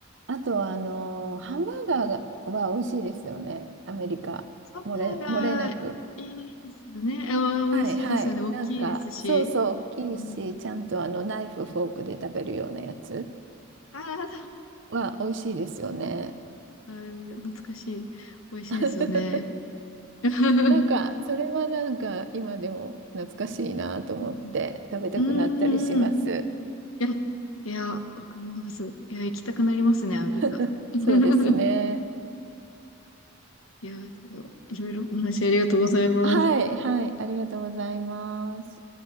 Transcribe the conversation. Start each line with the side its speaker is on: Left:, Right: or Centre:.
Right: あとは、あの、ハンバーガーがは美味しいですよね。アメリカ。
Left: サバがいいですよね。
Right: 漏れ、漏れなく。
Left: え、お美味しいですよね。
Right: はいはい。
Left: 大きいですし。
Right: なんか、そうそう、大きいし、
Left: うん、
Right: ちゃんとあの、ナイフ、フォークで食べるようなやつ
Left: ああ、
Right: は美味しいですよね。
Left: うん、懐かしい。美味しいですよね。
Right: <laughs>
Left: <laughs>
Right: なんか、それはなんか、今でも懐かしいなと思って、
Left: うん
Right: 食べたくなったりします。
Left: うんうん。いや、いや、わかります。いや、行きたくなりますね、アメリカ。
Right: <laughs>
Left: <laughs>
Right: そうですね。
Left: いやー、でもいろいろお話ありがとうございます。
Right: はいはい。ありがとうございます。